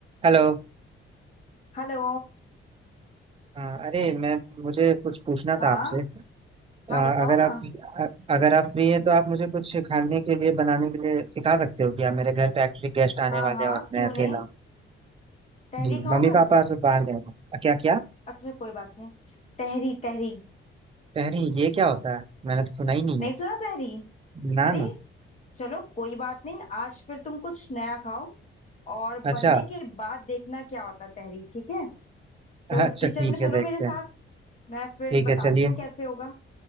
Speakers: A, on the right; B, on the left.
A: हेलो
B: Hello
A: अ, अरे मैं मुझे कुछ पूछना
B: हाँ
A: था आपसे अ,
B: हाँ
A: अगर
B: बताओ ना
A: आप अ- अगर आप फ्री हैं तो आप मुझे कुछ खाने के लिए बनाने के लिए सिखा सकते हो क्या मेरे घर पे एक्चुअली गेस्ट आने
B: हाँ
A: वाले
B: हाँ
A: हैं और
B: क्यों
A: मैं अकेला
B: नहीं
A: हूँ
B: तहरी
A: जी
B: खाओगे
A: मम्मी
B: अच्छा
A: पापा सब बाहर गए हैं क्या क्या
B: अच्छा कोई बात नहीं तहरी तहरी
A: अरे ये क्या होता है मैंने तो सुना ही नहीं
B: नहीं
A: है
B: सुना तहरी
A: ना
B: अरे
A: ना
B: चलो कोई बात नहीं आज फिर तुम कुछ नया खाओ और
A: अच्छा
B: बनने के बाद देखना क्या होता है तहरी ठीक है तो
A: अच्छा
B: किचन
A: ठीक
B: में चलो
A: है देखते
B: मेरे साथ
A: हैं
B: मैं फिर
A: ठीक है
B: बताती
A: चलिए
B: हूँ कैसे होगा